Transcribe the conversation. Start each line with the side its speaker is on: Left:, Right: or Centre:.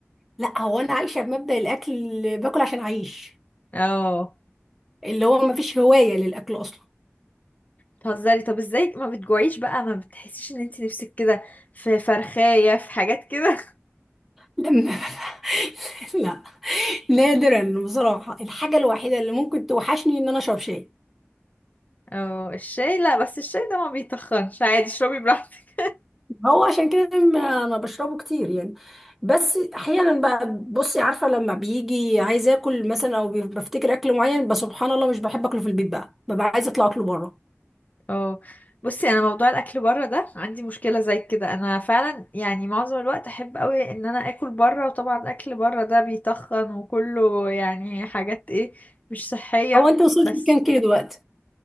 Centre: لا هو انا عايشة بمبدأ الاكل اللي باكل عشان اعيش
Left: اه
Centre: اللي هو ما فيش هواية للاكل اصلا
Left: بتهزري طب ازاي ما بتجوعيش بقى ما بتحسيش ان انت نفسك كده في فرخايه في حاجات كده
Centre: لما <laughs> لا نادرا بصراحة الحاجة الوحيدة اللي ممكن توحشني ان انا اشرب شاي
Left: <laughs> اه الشاي لا بس الشاي ده ما بيتخنش عادي اشربي براحتك
Centre: هو عشان كده ما ما بشربه كتير يعني بس احيانا بقى بصي عارفة لما بيجي عايز اكل مثلا او بفتكر اكل معين بس سبحان الله مش بحب اكله في البيت بقى ببقى عايزة اطلع اكله بره
Left: <laughs> اه بصي انا موضوع الاكل بره ده عندي مشكله زي كده انا فعلا يعني معظم الوقت احب قوي ان انا اكل بره وطبعا اكل بره ده بيتخن وكله يعني حاجات ايه مش صحيه
Centre: هو انت وصلت
Left: بس
Centre: لكام كيلو دلوقتي